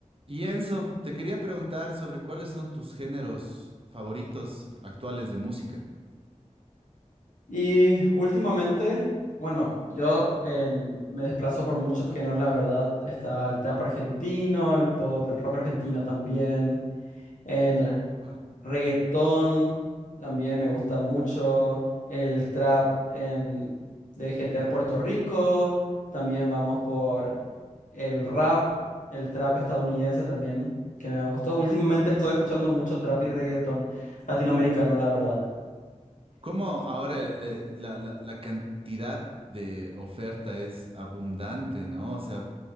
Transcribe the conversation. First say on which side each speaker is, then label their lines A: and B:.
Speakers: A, on the right (about 45°); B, on the left (about 80°).
A: Y Enzo, te quería preguntar sobre cuáles son tus géneros favoritos actuales de música.
B: Y últimamente, bueno, yo em, me desplazo por muchos géneros, la verdad. Está el trap argentino, el pop, el rock argentino también, el
A: Wow.
B: reggaetón también me gusta mucho, el trap en- de gente de Puerto Rico, también vamos por el rap, el trap estadounidense también, que me gustó. Últimamente estuve escuchando mucho trap y reggaetón latinoamericano, la verdad.
A: ¿Cómo ahora eh, la, la- la cantidad de oferta es abundante, ¿no? O sea,